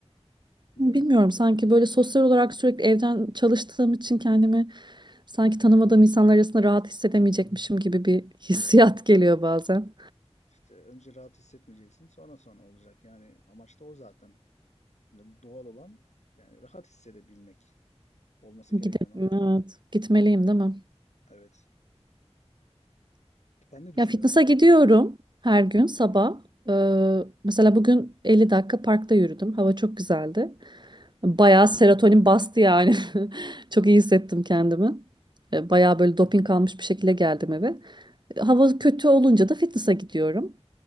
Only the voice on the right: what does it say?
bilmiyorum
sanki böyle sosyal olarak sürekli evden çalıştığım için kendimi sanki tanımadığım insanlar arasında rahat hissedemeyecekmişim gibi bir <laughs> hissiyat geliyor bazen.
Gidelim,
evet. Gitmeliyim değil mi?
Ya fitness'a gidiyorum her gün sabah. Ee, mesela bugün 50 dakika parkta yürüdüm. Hava çok güzeldi. Bayağı serotonin bastı yani. <laughs> Çok iyi hissettim kendimi. Ee, Bayağı böyle doping almış bir şekilde geldim eve. Hava kötü olunca da fitness'a gidiyorum.